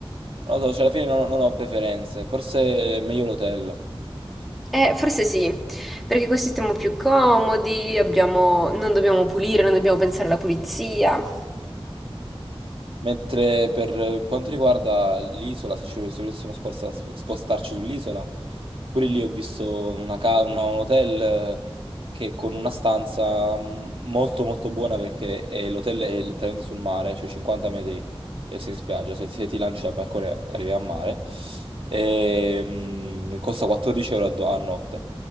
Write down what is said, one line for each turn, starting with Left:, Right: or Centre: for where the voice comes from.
Right: non lo so, cioè alla fine non, non ho preferenze, forse è meglio l'hotel.
Centre: Eh, forse sì, perché così stiamo più comodi, abbiamo- non dobbiamo pulire, non dobbiamo pensare alla pulizia.
Right: Mentre per quanto riguarda l'isola, se, ci- se volessimo sposta- spostarci sull'isola, pure lì ho visto una ca- una- un hotel eh, che con una stanza mm, molto molto buona perché è- l'hotel è letteralmente sul mare, cioè 50 metri e sei in spiaggia, se, se ti lanci dal balcone arrivi al mare, e, mm, costa 14 euro a, do- a notte.